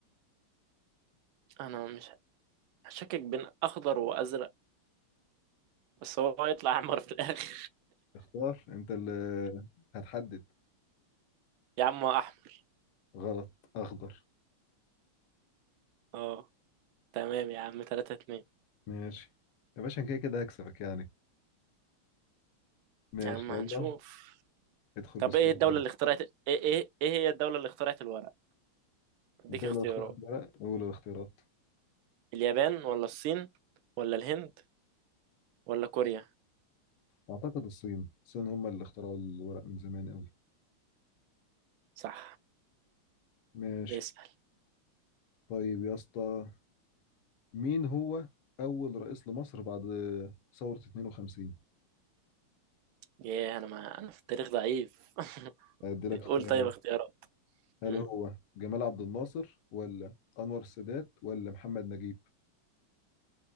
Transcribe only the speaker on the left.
اختار انت اللي هتحدد
غلط اخضر
ماشي يا باشا أنا كده كده هكسبك يعني ماشي
يلا
ادخل
بسم
الدولة
اللي اخترعت الورق أول الاختيارات
أعتقد الصين الصين هم اللي اخترعوا الورق من زمان قوي
ماشي
طيب يا اسطى مين هو أول رئيس لمصر بعد ثورة 52
أدي لك اختيارات
هل
هو جمال عبد الناصر ولا أنور السادات ولا محمد نجيب